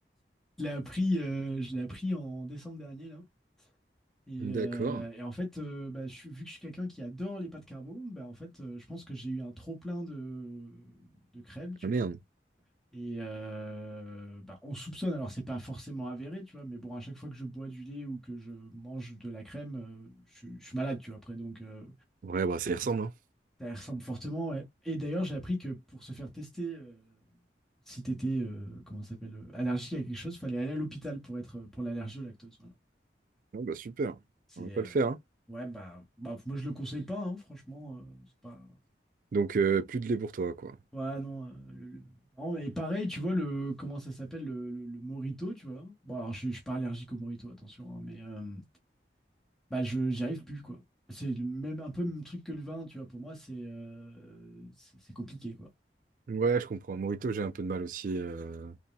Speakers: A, in the centre; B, on the right.
A: Je l'ai appris, euh, je l'ai appris en décembre dernier, là. Et,
B: D'accord.
A: euh, et en fait, euh, bah, je suis, vu que je suis quelqu'un qui adore les pâtes carbo, bah, en fait, euh, je pense que j'ai eu un trop-plein de, de crème, tu
B: Ah merde.
A: vois. Et euh, bah, on soupçonne, alors c'est pas forcément avéré, tu vois, mais bon, à chaque fois que je bois du lait ou que je mange de la crème, euh, je, je suis malade, tu vois, après, donc euh,
B: Ouais, bah, ça y ressemble, hein.
A: ça ressemble fortement. ouais. Et d'ailleurs, j'ai appris que pour se faire tester. euh, si t'étais, euh, comment ça s'appelle, euh, allergique à quelque chose, fallait aller à l'hôpital pour être euh, pour l'allergie au lactose. Voilà.
B: Ouais, bah, super.
A: C'est
B: On va pas
A: euh,
B: le faire, hein.
A: ouais bah, bah moi je le conseille pas, hein, franchement, euh, c'est pas.
B: Donc, euh, plus de lait pour toi, quoi.
A: Ouais non, euh, le- le- non mais pareil, tu vois le comment ça s'appelle le, le, le Morito, tu vois. Bon alors je, je suis pas allergique au Morito, attention, hein, mais euh, bah je j'y arrive plus quoi. C'est le même un peu le même truc que le vin, tu vois. Pour moi c'est euh, c'est c'est compliqué quoi.
B: Ouais, je comprends. Morito, j'ai un peu de mal aussi. euh,